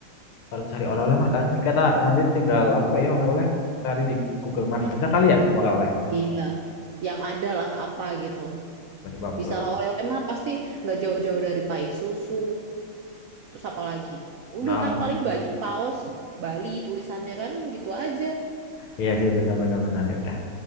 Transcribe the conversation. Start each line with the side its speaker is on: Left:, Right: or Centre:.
Left: Kalau cari oleh-oleh mah nanti kata nanti tinggal apa ya oleh-oleh. Cari di Google Maps aja kali ya untuk oleh-oleh.
Right: Iya. Yang ada lah apa gitu.
Left: Tiba-tiba
Right: Bisa
Left: pulang.
Right: lah oleh-oleh mah pasti nggak jauh-jauh dari pai susu. Terus apa lagi? Udah
Left: Nah,
Right: kan paling baju kaos Bali tulisannya kan gitu aja.
Left: iya sih benar-benar benar. Ya udah.